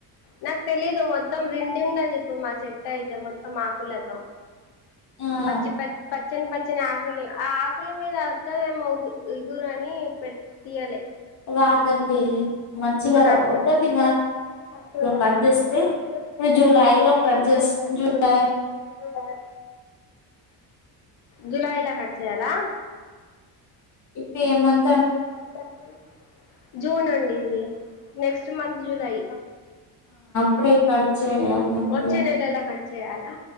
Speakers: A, on the left; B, on the left.
A: నాకు తెలీదు మొత్తం రెండు పడి ఉన్నది ఇప్పుడు మా చెట్టు అయితే మొత్తం ఆకులతో
B: ఆ
A: పచ్చి పచ్చని ప వచ్చిన ఆకులు ఆ ఆకుల మీద వత్తదే ఇగురు అని తీయలే
B: రాదండి మంచిగా
A: ఇప్పుడు రాకపోతే
B: రా వత్తది
A: ఒత్తది గాని మంచిగా రాదు
B: కట్ చేస్తే
A: రాకపోతే
B: ఇప్పుడు
A: జూలై
B: కట్
A: లో
B: చేస్
A: మంచిగోత్తది
B: జూలై
A: జూలై జూలైలా కట్ చేయాలా
B: ఇప్పి ఏమంత్
A: ఇప్పుడు ఏ మంత్ అంటే జూన్ అండి ఇది నెక్స్ట్ మంత్ జూలై
B: ఎప్పుడే కట్ చేయాలండి
A: వచ్చే నెలలో చేయాలా